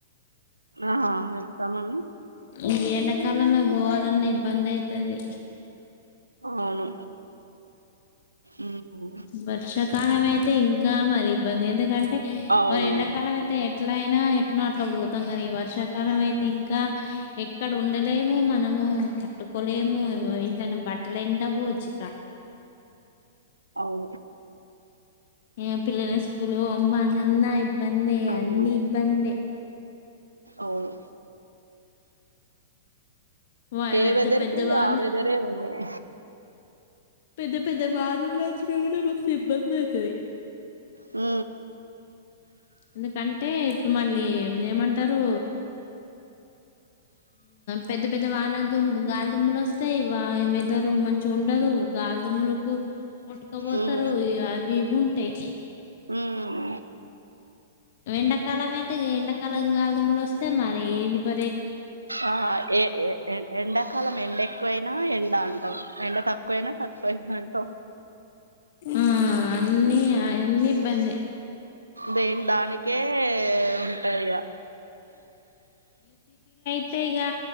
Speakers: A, on the right; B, on the left.
A: ఆ వెళ్తా మేడం
B: ఈ ఎండాకాలంలో పోవాలన్నా ఇబ్బంది అయితది
A: అవును ఉమ్
B: వర్షా కాలమే తే ఇంకా మరి ఇబ్బంది ఎందుకంటే
A: అవును
B: ఎండాకాలం అయితే ఎట్ల అయినా ఎట్నో అట్లా పోతాం కానీ వర్షాకాలం అయితే ఇంకా ఎక్కడ ఉండలేము మనము లేము ఇంట్లోనే బట్టలు ఎండవు చి
A: అవు
B: ఈ పిల్లల్ని స్కూల్ కి పంపాలన్న బందీ
A: ఉమ్
B: అన్ని ఇబ్బంది
A: అవును
B: వా
A: ఏ
B: పెద్ద
A: వెదర్
B: పెద్ద
A: కి
B: వాన
A: ఆ వెదరే ఉన్నాయి
B: పెద్ద పెద్ద వానలు వచ్చిన కూడా మస్తు ఇబ్బంది అవుతది
A: హ
B: ఎందుకంటే ఇప్పుడు మళ్ళీ ఏం చేయమంటారు పెద్ద పెద్ద వాన దుమ్ము గాలిదుమ్ములు వస్తాయి వా వేదరు మంచిగా ఉండదు గాలిదుమ్ములకు కొట్టుకపోతారు
A: ఉమ్
B: అవి ఇవి ఉంటయి
A: ఉమ్
B: ఎండకాలం అయితే ఎండకాలం గాలిదుమ్మలు వస్తే మరి ఎండిపో
A: ఆ ఏ ఎండాకాలం ఎండ ఎక్కువైనా ఎండ అంటాం ఎండ తక్కువయినా తక్కువయిందంటం
B: ఆ! అన్నీ అన్నీ ఇబ్బందే.
A: దెం దానికే ఉంటాయిక
B: అంతే గా